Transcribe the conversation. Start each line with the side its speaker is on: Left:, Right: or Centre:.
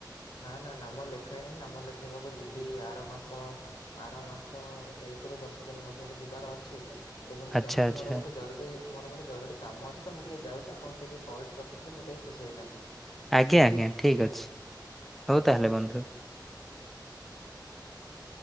Left: ନା, ନା, ନାମ ଲେଖା ହେଇନାହିଁ ନାମ ଲେଖିବାକୁ ଯିବି ଆର ମାସ ଆର ମାସ ଏକ ରୁ ଦଶ ଦିନ ମଧ୍ୟରେ ଯିବାର ଅ ତେବେ ମୁଁ
Centre: ଆଚ୍ଛା
Left: ଯାଉଛି
Centre: ଆଚ୍ଛା
Left: ମୋର ଗୋଟେ ଜରୁରୀ ମୋର ଗୋଟେ ଜରୁରୀ କାମ ଅଛି ତ ମୁଁ ଟିକିଏ ଯାଉଛି ଆପଣ ଟିକେ କଲଟି ରିଥିଲେ ମୁ ଟିକିେ ଖୁସି ହୋଇଥାନ୍ତି।
Centre: ଆଜ୍ଞା ଆଜ୍ଞା ଠିକ ଅଛି ହଉ ତାହେଲେ ବନ୍ଧୁ!